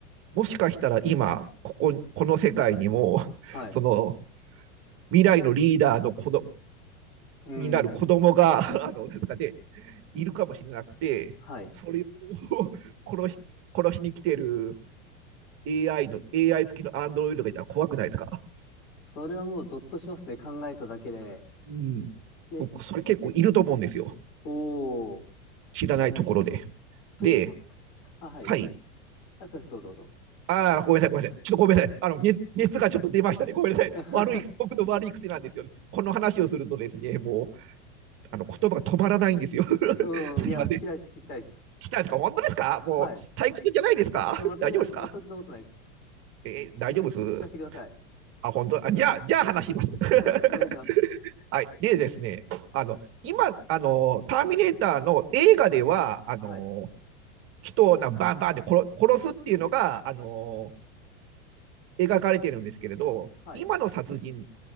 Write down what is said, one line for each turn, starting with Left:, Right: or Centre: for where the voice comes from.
Right: もしかしたら今、ここ、この世界にも、<laughs>
Left: はい。
Right: その未来のリーダーの子ど
Left: うー
Right: になる子供が、
Left: ん、
Right: <laughs> あの、なんとかで、いるかもしれなくて、
Left: はい。
Right: それを <laughs> 殺し、殺しに来てる AI の、AI 付きのアンドロイドがいたら怖くないですか
Left: それはもうゾッとしますね。考えただけで。
Right: うん。
Left: で、
Right: 僕、それ結構いると思うんですよ。
Left: おー、
Right: 知らないところで。
Left: ということ、
Right: で、
Left: あ、はい。
Right: はい。
Left: あ、そうです。どうぞどうぞ。
Right: ああ、ごめんなさい、ごめんなさい。ちょっとごめんなさい。あの、熱、熱がちょっと出ましたね。ごめんなさい。
Left: <laughs>
Right: 悪い、僕の悪い癖なんですよね。この話をするとですね、もあの言葉が止まらないんですよ。<laughs>
Left: うん、
Right: すいません。
Left: いや、もう聞きたいです、聞きたいです。
Right: 来たんですか本当ですかもう退屈じゃないですか大丈夫ですか
Left: はい。え、全くない、全くそんなことないです。
Right: えー大丈夫です。
Left: 聞かせてください。
Right: あ、本当あ、じゃあ、じゃあ話します。
Left: はい、
Right: <laughs>
Left: お願いします。
Right: はい。でですね、あの、今、あの、ターミネーターの映画では、あの、
Left: はい、
Right: 人をなバンバンで殺、殺すっていうのが、あの、描かれてるんですけれど、
Left: はい、
Right: 今の殺人っ